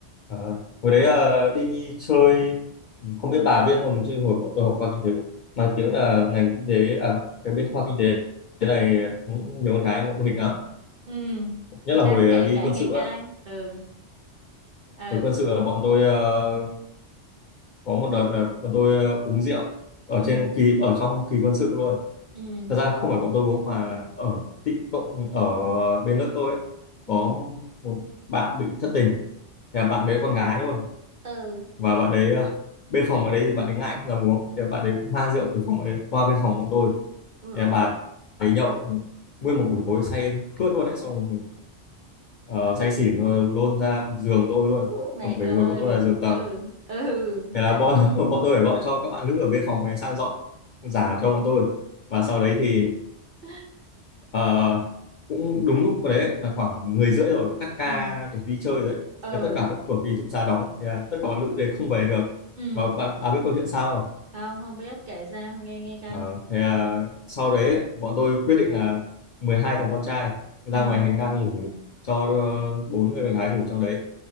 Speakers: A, on the left (about 60°); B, on the right (about 50°).
A: ờ, hồi đấy ờ, đi chơi không biết bà biết không chứ hồi bọn tôi học khoa kinh tế cũng mang tiếng là ngành kinh tế à cái bên khoa kinh tế thế này cũng nhiều con gái bọn tôi nghịch lắm
B: ừ
A: nhất là
B: sao
A: hồi
B: kể
A: ờ, đi
B: kể
A: quân
B: nghe
A: sự
B: coi
A: á
B: ừ ừ
A: hồi quân sự là bọn tôi ờ, có một đợt là bọn tôi ờ, uống rượu ở
B: ừ
A: trên kỳ ở trong kỳ quân sự luôn
B: ừ
A: thật ra không phải bọn tôi uống mà là ở tị cộng ở bên lớp tôi ấy,
B: ừ
A: có một bạn bị thất tình thì là bạn đấy con gái luôn
B: ừ
A: và bạn đấy ờ, bên phòng ở đấy thì bạn ấy ngại không dám uống thì là bạn đấy mang rượu từ phòng ở đấy qua bên phòng bọn tôi
B: đúng rồi
A: thì là bà ấy nhậu nguyên một buổi tối say em khướt luôn đấy xong rồi, ờ, say xỉn rồi lôn ra giường tôi luôn
B: Ú, mẹ
A: Còn bởi
B: ơi
A: vì bọn tôi là giường tầng
B: ừ ừ
A: thế là
B: đấy
A: bọn <laughs> bọn tôi phải gọi cho các bạn nữ ở bên phòng này sang dọn giả cho bọn tôi và sau đấy thì
B: <laughs>
A: Ờ, cũng đúng lúc đấy là khoảng 10 rưỡi rồi cắt ca
B: ừ
A: để đi chơi rồi đấy
B: ừ
A: Thế tất cả các cửa ký túc xá đóng thì là tất cả bạn nữ đấy không về được
B: ừ
A: và bạn à biết câu chuyện sao không
B: không không biết kể sao nghe nghe coi
A: Ờ, thế là sau đấy ấy, bọn tôi quyết định là 12 thằng con trai ra
B: ừ
A: ngoài hành lang ngủ cho ờ, bốn người con gái ngủ trong đấy